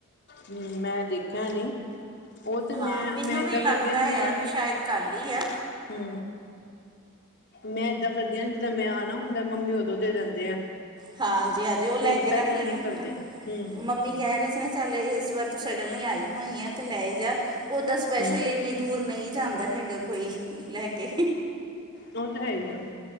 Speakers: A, on the left; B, on the right.
A: ਹੂ ਮੈਂ ਦੇਖਿਆ ਨੀ ਉਹ ਤੇ ਮੈਂ
B: ਹਾਂ ਮੈਨੂੰ
A: ਮੈਂ ਏਦਾਂ
B: ਵੀ ਲੱਗਦਾ
A: ਕਰਦੀ ਆ ਜਿੱਦਾਂ
B: ਵੀ ਸ਼ਾਇਦ ਕੱਲ ਹੀ ਆ
A: ਹੂ ਮੈਂ ਏਦਾਂ ਕਰਦੀ ਹਾਂ ਜਿੱਦਾਂ ਮੈਂ ਆਣਾ ਹੁੰਦਾ ਮੰਮੀ ਉਦੋਂ ਦੇ ਦਿੰਦੇ ਆ
B: ਖਾਜੀ ਹਾਂਜੀ ਉਹ ਲੈ
A: ਫੇਰ
B: ਕੇ
A: ਪਹਿਲਾਂ
B: ਰੱਖ ਲੈਂਣ
A: ਨੀ ਕਰਦੇ ਹੂੰ ਹੂੰ
B: ਮੰਮੀ ਕਹਿ ਰਹੇ ਸੀ ਨਾ ਚੱਲ ਇਸ ਵਾਰ ਤੂੰ ਸਡਨ ਲਈ ਆਈ ਹੋਈ ਆ ਤੇ ਲੈ ਈ ਜਾ ਓਦਾ ਸਪੈਸ਼ਲ
A: ਹੂੰ
B: ਇੰਨੀ ਦੂਰ ਨਹੀਂ ਜਾਂਦਾ ਹੈਗਾ ਕੋਈ ਲੈ ਕੇ
A: ਉਹ ਤਾਂ ਹੈ ਈ ਐ